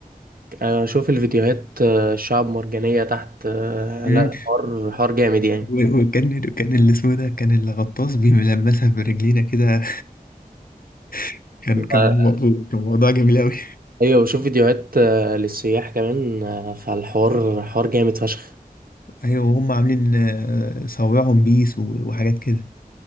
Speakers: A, on the right; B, on the left.
A: آه، شوف الفيديوهات آه، الشعب مرجانية تحت آه،
B: مم.
A: لا حوار حوار جامد يعني
B: و- وكان كان اللي اسمه ده كان الغطاس بيلمسها برجلينا كده <laughs> كان كان
A: آه،
B: موضوع كان موضوع جميل قوي
A: ايوه بشوف فيديوهات آه، للسياح كمان آه، فالحوار حوار جامد فشخ
B: ايوه وهم عاملين آه، صوابعهم بيس و- وحاجات كده